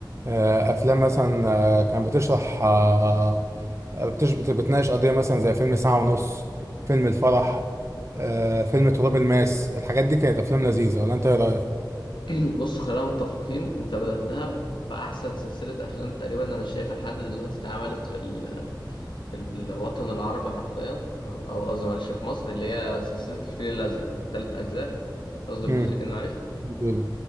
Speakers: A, on the right (about 35°); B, on the left (about 80°).
A: آه، افلام مثلا آه، كان بتشرح آه، آه، بتش- بت- بتناقش قضيه مثلا زي فيلم ساعه ونص فيلم الفرح آه، فيلم تراب الماس الحاجات دي كانت افلام لذيذه ولا انت ايه رايك؟
B: <clears throat> بص خلينا متفقين انت بداتها ب- باحسن سلسله افلام تقريبا انا شايفها لحد دلوقتي اتعملت في ال... في الوطن العربي حرفيا تمام او قصدي معلش في مصر اللي هي سلسله الفيل الازرق ثلاث اجزاء قصدي الجزئين
A: مم.
B: معلش
A: جدا.